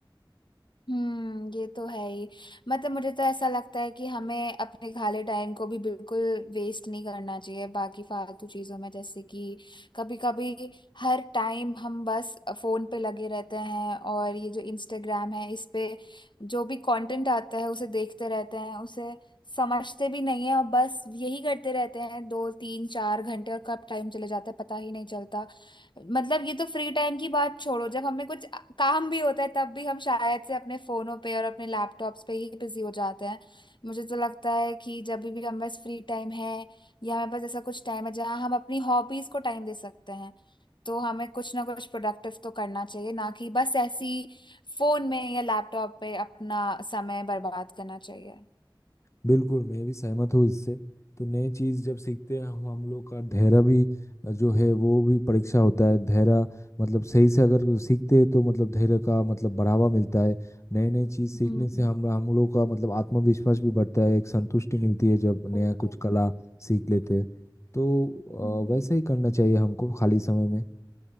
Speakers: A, on the left; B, on the left.
A: हम्म ये तो है ही मतलब मुझे तो ऐसा लगता है कि हमें अपने खाली टाइम को भी बिल्कुल वेस्ट नहीं करना चाहिए बाकी फालतू चीजों में जैसे कि कभी कभी हर टाइम हम बस फोन पे लगे रहते हैं और ये जो इंस्टाग्राम है इस पे जो भी कंटेंट आता है उसे देखते रहते हैं उसे समझते भी नहीं है और बस यही करते रहते हैं दो तीन चार घंटे और कब टाइम चले जाता है पता ही नहीं चलता मतलब ये तो फ्री टाइम की बात छोड़ो जब हमें कुछ काम भी होता है तब भी हम शायद से अपने फोनों पे और अपने लैपटॉप्स पे ही बिजी हो जाते हैं मुझे तो लगता है कि जब भी हमारे पास फ्री टाइम है या हमारे पास ऐसा कुछ टाइम है जहाँ हम अपनी हॉबीज को टाइम दे सकते हैं तो हमें कुछ ना कुछ प्रोडक्टिव तो करना चाहिए ना कि बस ऐसी फोन में या लैपटॉप पे अपना समय बर्बाद करना चाहिए
B: बिल्कुल मैं भी सहमत हूँ इससे तो नई चीज़ जब सीखते हैं हम हम लोग का धैर्य भी अ, जो है वो भी परीक्षा होता है धैर्य मतलब सही से अगर सीखते हैं तो मतलब धैर्य का मतलब बढ़ावा मिलता है नई नई चीज़ सीखने
A: हम्म
B: से हम हम लोग का मतलब आत्मविश्वास भी बढ़ता है एक संतुष्टि मिलती है जब नया
A: ओके
B: कुछ कला सीख लेते हैं तो
A: हम्म
B: अ, वैसा ही करना चाहिए हमको खाली समय में